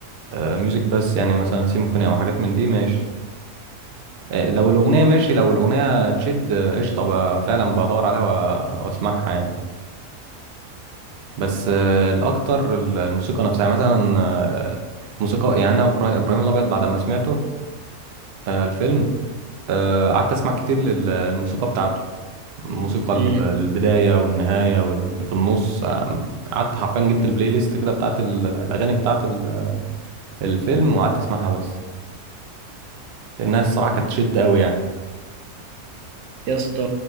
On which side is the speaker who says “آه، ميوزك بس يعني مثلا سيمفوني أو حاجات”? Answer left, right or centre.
Right